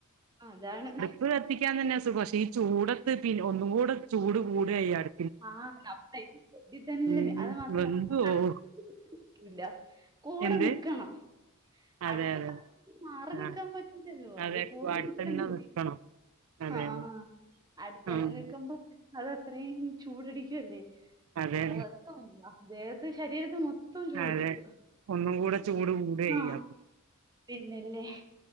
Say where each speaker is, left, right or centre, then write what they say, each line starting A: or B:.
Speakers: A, on the right (about 20°); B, on the right (about 70°).
A: അതാണ്
B: അടുപ്പ് കത്തിക്കാൻ തന്നെ സുഖം പക്ഷേ ഈ ചൂടത്ത് പിന്നെ ഒന്നും കൂടെ ചൂട് കൂടാചെയ്യ അട്
A: ആഹ് ടപ്പേ ഈ ഷെഡിൽ തന്നെല്ലേ
B: ഉം
A: അത് മാത്രല്ല
B: വെന്തു പോവും
A: <inaudible> ഇല്ല കൂടെ
B: എന്ത്
A: നിക്കണം
B: അതെ
A: അടുപ്പ്
B: അതെ
A: കത്തിച്ചിട്ട് മാറി നിക്കാൻ
B: ആഹ്
A: പറ്റൂല്ലല്ലോ അതിന്റെ
B: അതെ
A: കൂടെ
B: അടുത്തന്നെ
A: നിക്കണ്ടേ
B: നിക്കണം അതെ
A: ആഹ്
B: അതെ
A: അടുത്തന്നെ
B: ഉം
A: നിക്കുമ്പോ അതത്രേം ചൂടടിക്കുല്ലേ നമ്മുടെ
B: അതെ
A: മുഖത്തും ദേഹത്ത് ശരീരത്ത് മൊ ത്തം ചൂടടിക്കുവാ
B: അതെ ഒന്നും കൂടെ
A: ഉം
B: ചൂട് കൂടുവേ
A: ആഹ്
B: അപ്പൊ
A: പിന്നെല്ലേ